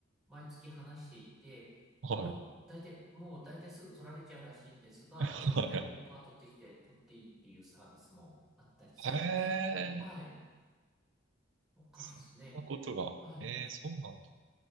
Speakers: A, in the centre; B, on the right (about 70°).
A: 毎月話していて、
B: はい。
A: あの、大体、もう大体すぐ取られちゃうらしいんですが、
B: はい。
A: 自分でこう、クワ取ってきて取っていいっていうサービスもあったりするんです。
B: へえ、
A: はい。とかですね。
B: そんなことが。
A: はい。
B: えー、そうなんだ。